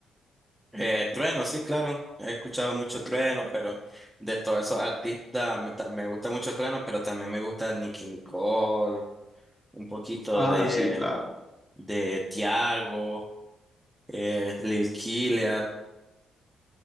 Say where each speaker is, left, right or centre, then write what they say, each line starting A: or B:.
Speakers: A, in the centre; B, on the left.
A: Eh, Trueno, sí, claro, he escuchado mucho Trueno, pero de todos esos artistas me, ta- me gusta mucho Trueno, pero también me gusta Nicki Nicole, un poquito
B: Ah,
A: de,
B: sí, claro.
A: de Tiago, eh, Lil Killer.